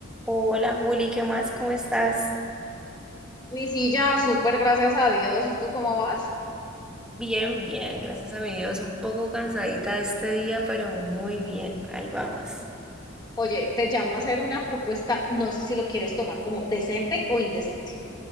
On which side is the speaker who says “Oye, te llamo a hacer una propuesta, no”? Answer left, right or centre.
Left